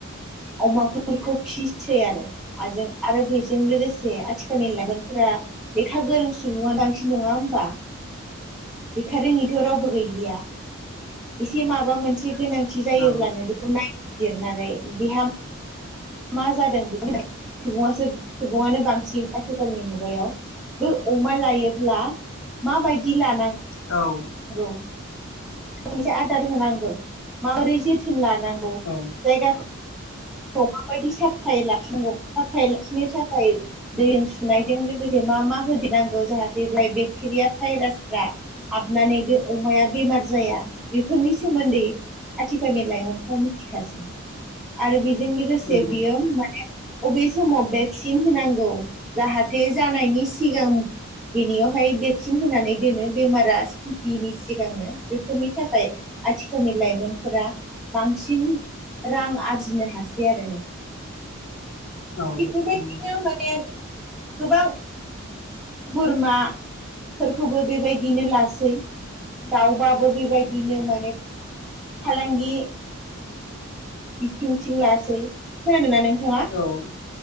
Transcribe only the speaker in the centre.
अमाफोरखौ फिसै आरो। आजों आरो बेजों लोगोसे आथिखालनि लाइमोनफोरा लेखा गोरोंसिन <unintelligible> नङा होमबा? लेखा रोङिथ' रावबो गैलिया एसे माबा मोनसे गोनांथि जायोब्लानो
बे खौ नायबिजिरनानै बिहा मा जादों <unintelligible> सुबुङासो सुबुङानो बांसिन आथिखालनि मुगायाव बो अमा लायोब्ला माबायदि लानां
औ खनबेसे आदार होनांगौ माबोरै जोथोन लांनांगौ जायगा
माबायदि साफायै लाखिनांगौ साफायै लाखिनो थाखाय दैजों सुनायजों लोगोसे मा मा होदेरनांगौ जाहाथे बेहाय बेक्टेरिया भाइरासफ्रा हाबनानै बे अमाया बेमार जाया बेफोरनि सोमोन्दै आथिखालनि लाइमोनफ्रा मिथिखासै आरो बेजों लोगोसे
बियो माने अबे समाव भेक्सिन होनांगौ जाहाथे जानायनि सिगां बेनियावहाय भेक्सिन होनानै दोनो बेमारा साफियैनि सिगांनो बेफोरनि थाखाय आथिखालनि लाइमोनफोरा बांसिन रां आरजिनो हासै आरोना थिग
बेबायदिनो
माने गोबां बोरमाफोरखौबो बेबायदिनो लासै दाउबाबो बेबायदिनो माने फालांगि बिथिंथिं लासै खोनादोंना नोंथाङा?